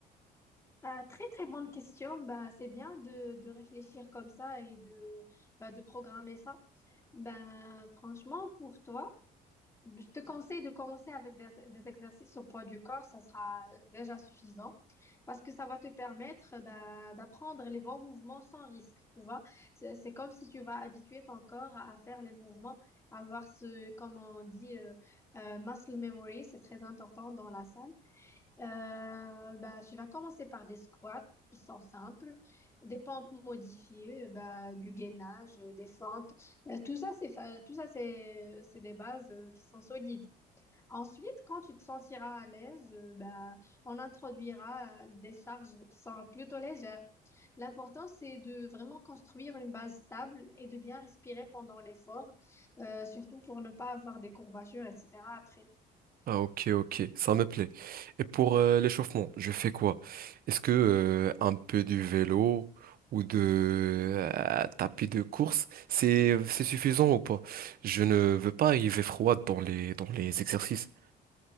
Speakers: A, on the left; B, on the right.
A: Ah, très très bonne question. Bah, c'est bien de, de réfléchir comme ça et de, bah, de programmer ça. Ben, franchement, pour toi, je te conseille de commencer avec des, des exercices au poids du corps. Ça sera déjà suffisant parce que ça va te permettre euh, bah, d'apprendre les bons mouvements sans risque. Tu vois, c'est c'est comme si tu vas habituer ton corps à faire les mouvements, à avoir ce, comme on dit, euh, euh, muscle memory. C'est très important dans la salle. Euh, bah, je vais commencer par des squats, ils sont simples, des pompes modifiées, euh, bah, du gainage, euh, des fentes. Euh, tout ça, c'est fa- tout ça, c'est, c'est des bases euh, qui sont solides. Ensuite, quand tu te sentiras à l'aise, euh, bah, on introduira euh, des charges qui sont plutôt légères. L'important, c'est de vraiment construire une base stable et de bien respirer pendant l'effort, euh, surtout pour ne pas avoir des courbatures, etc. après.
B: Ah ok ok, ça me plaît. Et pour euh, l'échauffement, je fais quoi? Est-ce que euh, un peu du vélo ou de euh, tapis de course, c'est c'est suffisant ou pas? Je ne veux pas arriver froid dans les dans les exercices.